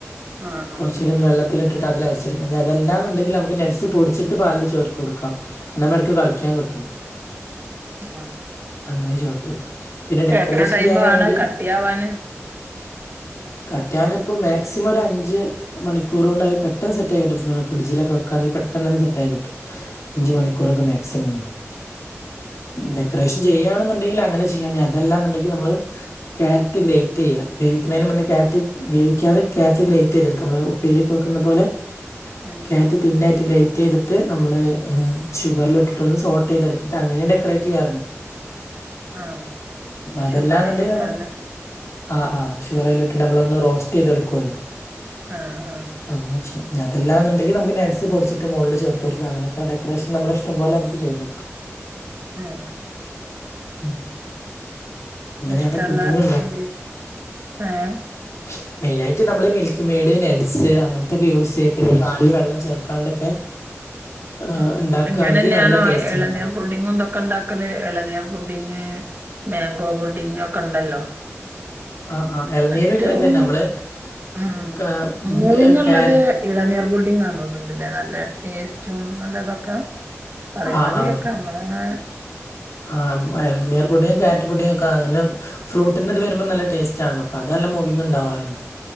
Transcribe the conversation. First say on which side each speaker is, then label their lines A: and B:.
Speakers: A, on the right; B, on the left.
A: ആഹ്
B: കൊറച്ചൂടൊന്ന്
A: ആഹ്
B: വെള്ളത്തി ത്തിലിട്ട് അതിലരച്ചടുക്കാം ഇനി അതല്ലാന്നുണ്ടെങ്കിൽ നമുക്ക് നട്സ് പൊടിച്ചിട്ട് പാലില് ചേർത്ത് കൊടുക്കാം നമ്മ എടക്ക് കടിക്കാൻ കിട്ടും
A: ആഹ്
B: അങ്ങനെ ചേർത്ത് കൊടുക്കും പിന്നെ ഡെക്കറേഷൻ
A: എത്ര ടൈം
B: ചെയ്യാനാണെങ്കില്
A: വേണം കട്ടിയാവാന്
B: കട്ടിയാവാനിപ്പം മാക്സിമം ഒരു അഞ്ച് മണിക്കൂർ കൊണ്ട്ത് പെട്ടെന്ന് സെറ്റായികിട്ടും ഫ്രിഡ്ജിലെക്കെ വക്കുകാണെങ്കി പെട്ടന്ന് തന്ന സെറ്റായി കിട്ടും അഞ്ച് മണിക്കൂറൊക്കെ
A: ഉം
B: മാക്സിമം മതി
A: ഉം
B: ഡെക്കറേഷൻ ചെയ്യാണെന്നുണ്ടെങ്കിൽ അങ്ങനെ ചെയ്യാം ഇഞ് അതല്ലാന്നുണ്ടെങ്കി നമ്മള്.. ക്യാരറ്റ് ഗ്രേറ്റ് ചെയ്യാം വേവിക്കണേന് മുന്നേ ക്യാരറ്റ് വേവിക്കാതെ ക്യാരറ്റ് ഗ്രേറ്റ് ചെയ്തെടുക്കാം നമ്മള് ഉ പ്പേരിയൊക്കെ വക്കുന്ന പോലെ
A: ആഹ്
B: ക്യാരറ്റ് തിന്നായിട്ട് ഗ്രേറ്റ് ചെയ്തിട്ട് നമ്മള് ഷുഗറിൽ ഇട്ടിട്ടൊന്ന് സോട്ട് ചെയ്തെടുത്തിട്ട് അങ്ങനെയുണ്ടാ ക്രേറ്റ് ചെയ്യാറുണ്ട്,
A: ആഹ്
B: അതല്ലാന്നുണ്ടെങ്കി
A: ഷുഗർ അയിലിട്ടാണ്ട്
B: നമ്മള് ആഹ് ആഹ് ഷുഗറ് അയിലിട്ടിട്ട് നമ്മളൊന്ന് റോസ്റ്റ് ചെയ്തടുക്കുവല്ലോ
A: ആഹ് ആഹ്
B: ആഹ് അങ്ങനെ ചെയ്യാം ഇനി അതല്ലാന്നുണ്ടെങ്കി നമക്ക് നഡ്‌സ് പൊടിച്ചിട്ട് മോളില് ചേർത്ത് കൊടുക്കാം, അങ്ങനൊക്കെ ഡെക്കറേഷൻ നമ്മള ഇഷ്ടം പോലെ നമുക്ക് ചെയ്ത് കൊടുക്കാം
A: ആഹ്
B: ഉം, അങ്ങനെയാണ്
A: ഇഷ്ടല്ല
B: പുഡിംഗ്
A: എന്ത് ആഹ
B: ആ മെയിനായിട്ട് നമ്മള് മിൽക്ക് മെയ്ഡ്, നെഡ്സ് അങ്ങനത്തൊക്കെ യൂസ് ചെയ്യും, പിന്നെ പാലില് വെള്ളം ചേർക്കാണ്ടൊക്കെ ഏഹ്
A: ആഹ്
B: ഇണ്ടാക്കാണെങ്കി
A: ഇങ്ങനെ തന്നെയാണോ
B: നല്ല ടേസ്റ്റില്
A: ഇളനീർ
B: ഇണ്ടാക്കാം
A: പുഡി നിങ്ങ എന്തൊക്കെ ഇണ്ടാക്കല് ഇളനീർ പുഡിങ്, മാങ്കോ പുഡിങ്ങൊക്കെ ഉണ്ടല്ലോ
B: ആഹ് ആഹ് എളനീരും
A: ഏറ്റവും
B: ഇങ്ങനെ തന്നെ നമ്മള്
A: ആഹ്
B: കാ
A: മൂവിങ്ങ് ഉള്ളത്
B: ക്യാര
A: ഇളനീർ പുഡിങ്ങാണന്നുണ്ടല്ലേ നല്ല ടേസ്റ്റും നല്ലതൊക്കെ പറയുന്നത്
B: ആഹ് ആഹ്
A: കേക്കാം നമ്മളന്ന
B: ആഹ് എളനീർ പുഡിങും കാ രറ്റ് പുഡിങ്ങൊക്കെ അങ്ങനെ ഫ്രൂട്ടിൻ്റിത് വരുമ്പോ നല്ല ടേസ്റ്റ് ആണല്ലൊ അപ്പൊ അത് നല്ല മൂവിംഗ് ഉണ്ടാവാറുണ്ട്